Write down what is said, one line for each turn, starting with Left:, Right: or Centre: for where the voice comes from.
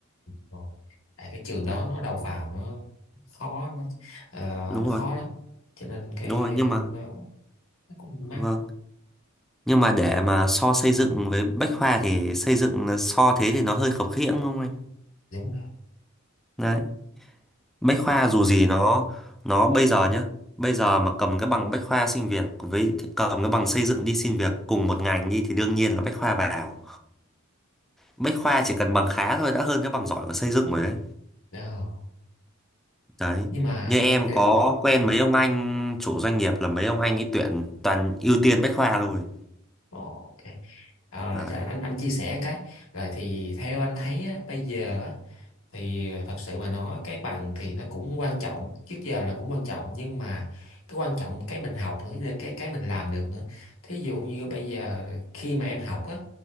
Left: Ồ. Tại cái trường đó
Centre: Đấy.
Left: nó đầu vào nó khó nó ờ,
Centre: Đúng
Left: nó
Centre: rồi,
Left: khó lắm cho nên cái
Centre: đúng rồi nhưng mà
Left: nó, nó cũng
Centre: vâng.
Left: mắc
Centre: Nhưng mà để mà so xây dựng với Bách Khoa thì xây dựng là so thế thì nó hơi khập khiễng đúng không anh?
Left: đúng rồi
Centre: Đấy. Bách Khoa dù gì nó nó bây giờ nhá, bây giờ mà cầm cái bằng Bách Khoa xin việc với cầm cái bằng xây dựng đi xin việc cùng một ngành đi thì đương nhiên là Bách Khoa vào. Bách Khoa chỉ cần bằng khá thôi đã hơn cái bằng giỏi của xây dựng rồi đấy.
Left: Đó.
Centre: Đấy.
Left: nhưng mà
Centre: Như em
Left: cái,
Centre: có quen mấy ông anh chủ doanh nghiệp là mấy ông anh ấy tuyển toàn ưu tiên Bách Khoa rồi.
Left: Ồ, ok à,
Centre: Đấy.
Left: chắc anh anh chia sẻ một cái rồi thì theo anh thấy á, bây giờ á, thì thật sự mà nói cái bằng thì nó cũng quan trọng trước giờ là cũng quan trọng nhưng mà cái quan trọng cái mình học nữa là cái cái mình làm được nữa thí dụ như bây giờ khi mà em học á